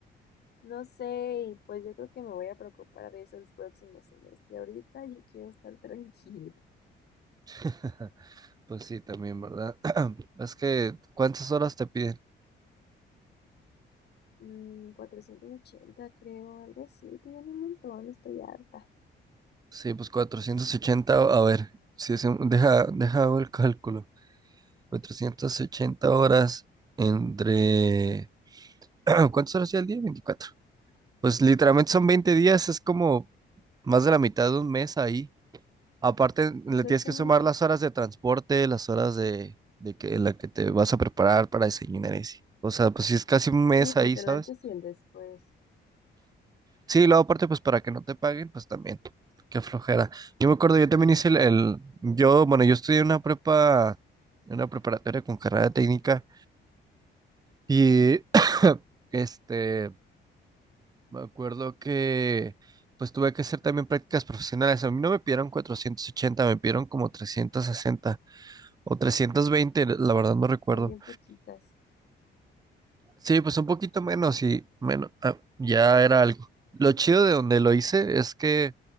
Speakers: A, on the left (about 55°); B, on the right (about 20°).
A: no sé, y pues yo creo que me voy a preocupar de eso el próximo semestre. Ahorita yo quiero estar tranquila.
B: <laughs> Pues sí, también, ¿verdad? <clears throat> Es que, ¿cuántas horas te piden?
A: Mm, 480, creo, algo así, piden un montón, estoy harta.
B: Sí, pues 480 a ver, si es un- deja, deja hago el cálculo. cuatrocientas ochenta horas entre... <clears throat> ¿Cuántas horas ya al día? veinticuatro Pues literalmente son 20 días, es como más de la mitad de un mes ahí. Aparte, le
A: Exactamente.
B: tienes que sumar las horas de transporte, las horas de, de que, en la que te vas a preparar para desayunar y así. O sea, pues sí es casi un mes
A: Sí, pues
B: ahí,
A: el
B: ¿sabes?
A: antes y el después.
B: Sí, luego aparte, pues para que no te paguen, pues también. Qué flojera. Yo me acuerdo, yo también hice
A: Ah.
B: el, el- yo, bueno, yo estudié una prepa, una preparatoria con carrera técnica y <clears throat> este, me acuerdo que pues tuve que hacer también prácticas profesionales. A mí no me pidieron cuatrocientos ochenta me pidieron como 360 o trescientos veinte la verdad no recuerdo.
A: hay bien poquitas.
B: Sí, pues un poquito menos y menos, ah, ya era algo. Lo chido de donde lo hice es que